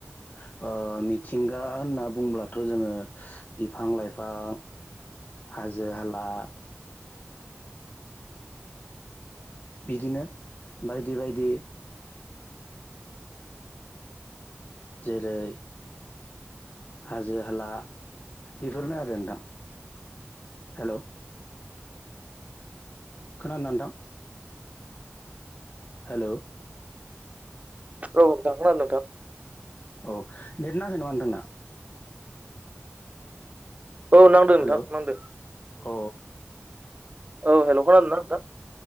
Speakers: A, on the left; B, on the right.
A: <inaudible> मिथिंगा होनना बुंब्लाथ जोङो बिफां लाइफां हाजो हाला बिदिनो बायदि बायदि जेरै हाजो हाला बेफोरनो आरो नोंथां हेलौ खोनादोना नोंथां हेलौ
B: औ नोंथां खोनादों नोंथां।
A: औ नेम नाङाखै नामा नोंथांना?
B: औ नांदों नोंथां
A: हेलौ
B: नांदों।
A: औ
B: औ हेल' खोनादों ना नोंथां?